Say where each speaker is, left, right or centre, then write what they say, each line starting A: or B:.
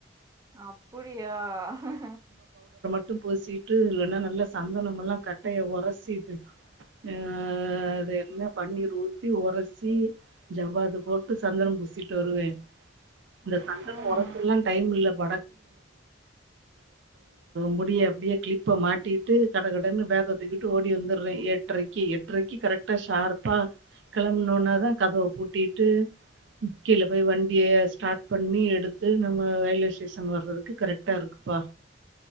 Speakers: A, on the right; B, on the right.
A: அப்படியா <unintelligible>
B: ட்டும் பூசிட்டு இல்லைன்னா நல்லா சந்தனம எல்லாம் கட்டைய உரசிட்டு இது அஹ் அது என்ன பன்னீர் ஊத்தி ஒரசி ஜவ்வாது போட்டு சந்தனம் புசிட்டு வருவேன் இந்த சந்தனம்
A: ம்.
B: உரசல்லா டைம் இல்ல இப்ப முடிய அப்படியே கிளிப்ப மாட்டிட்டு கட கடன்னு வேக தூக்கிட்டு ஓடி வந்துடுறேன் ஏட்டரைக்கு எட்டரைக்கு கரெக்டா ஷார்ப்பா கிளம்பனோனா தான் கதை பூட்டிட்டு கீழ போய் வண்டிய ஸ்டார்ட் பண்ணி எடுத்து நம்ம ரயில்வே ஸ்டேஷன் வறதுக்கு கரெக்டா இருக்குப்பா